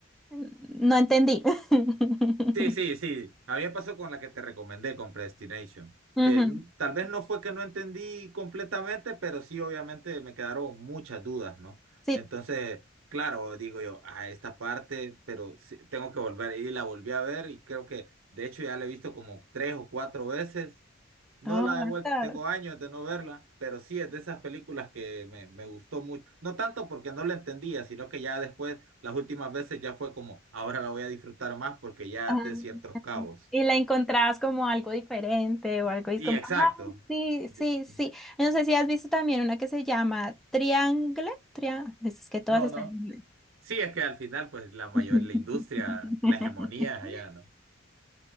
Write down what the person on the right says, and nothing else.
Sí, sí, sí. A mí me pasó con la que te recomendé, con Predestination,
que n- tal vez no fue que no entendí completamente, pero sí, obviamente me quedaron muchas dudas, ¿no?
Entonces, claro, digo yo, a esta parte, pero sí, tengo que volver y la volví a ver y creo que, de hecho, ya la he visto como tres o cuatro veces no
la
he vuelto, tengo años de no verla, pero sí es de esas películas que me, me gustó mucho. No tanto porque no la entendía, sino que ya después, las últimas veces ya fue como, ahora la voy a disfrutar más porque ya
até ciertos cabos.
Y
exacto.
De-
de-
No,
no.
Sí, es que al final, pues la mayor,
la industria, la hegemonía es allá, ¿no?